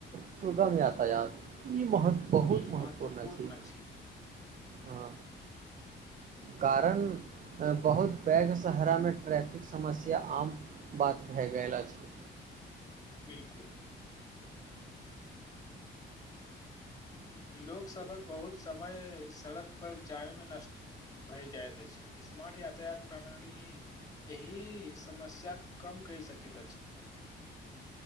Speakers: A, on the right; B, on the left.
A: सुबह यातायात ई महत बहुत
B: ई
A: महत्वपूर्ण छी
B: अछि
A: हँ कारण बहुत पैघ सहरामे ट्रैफिक समस्या आम बात भए गेल अछी
B: <unintelligible> बिलकुल लोक सबक बहुत समय सड़क पर जामेे मे नष्ट वए जायत अछी स्मार्ट यातायात प्रणी एहि समस्या कम कहे सकैट अछी